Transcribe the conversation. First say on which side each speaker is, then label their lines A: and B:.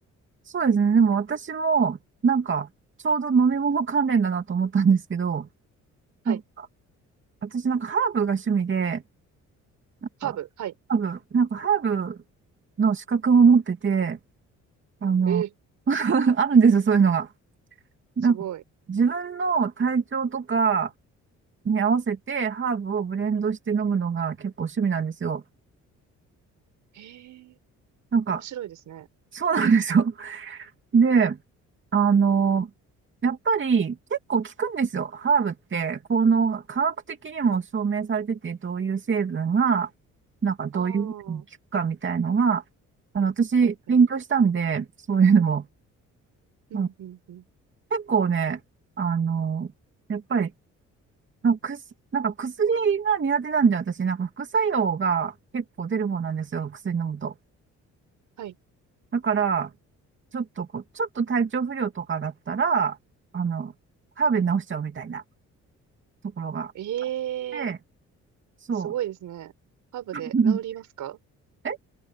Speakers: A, on the right; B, on the right.
A: そうですね。でも私も、なんか、ちょうど飲み物関連だなと思ったんですけど、
B: はい。
A: なんか私なんかハーブが趣味で、なんか、
B: ハーブ。はい。
A: ハーブ、なんかハーブの資格も持ってて、あの、
B: えー、
A: <laughs> あるんですよ、そういうのが。なんか、
B: すごい。
A: 自分の体調とか、に合わせてハーブをブレンドして飲むのが結構趣味なんですよ。
B: えー、
A: なんか、
B: 面白いですね。
A: そうなんですよ。<laughs> で、あの、やっぱり結構効くんですよ。ハーブって、この科学的にも証明されてて、どういう成分が、なんかどういうふうに効くかみたいのが、
B: ああ、は
A: あの、私勉強したんで、
B: いはい。
A: そういうのも、
B: うん、
A: うん
B: うん、うん。
A: 結構ね、あの、やっぱりあ、くす、なんか薬が苦手なんで、私、なんか副作用が結構出る方なんですよ、薬飲むと。
B: はい。
A: だから、ちょっとこう、ちょっと体調不良とかだったら、あの、ハーブで治しちゃうみたいなところがあっ
B: ええ
A: て、そ
B: すごいですね。ハーブで治りますか
A: う。<laughs> うんえ